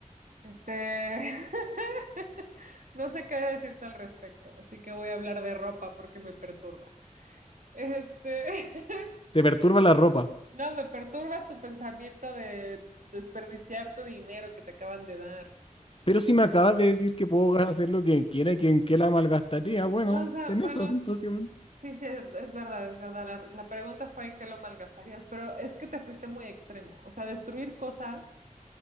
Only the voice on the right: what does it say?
Este, <laughs> no sé qué decirte al respecto, así que voy a hablar de ropa porque me perturba. Este,
<laughs> no, me perturba tu pensamiento de desperdiciar tu dinero que te acaban de dar.
O sea,
bueno,
es-
sí, sí, es, es verdad, es verdad. La, la pregunta fue en qué lo malgastarías, pero es que te fuiste muy extremo. O sea, destruir cosas,